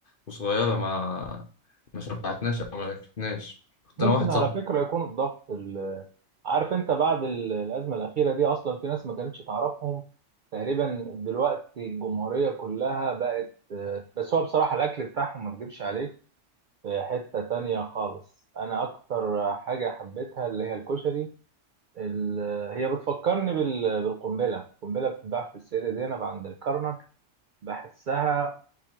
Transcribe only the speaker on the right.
ممكن
على
فكره يكون الضغط ال- عارف انت بعد ال- الازمه الاخيره دي اصلا في ناس ما كانتش تعرفهم تقريبا دلوقتي الجمهوريه كلها بقت آه، بس هو بصراحه الاكل بتاعهم ما اكدبش عليك في حته تانية خالص انا اكتر حاجه حبيتها اللي هي الكشري ال- هي بتفكرني بال- بالقنبلة القنبلة بتتباع في السيدة زينب عند الكرنك بحسها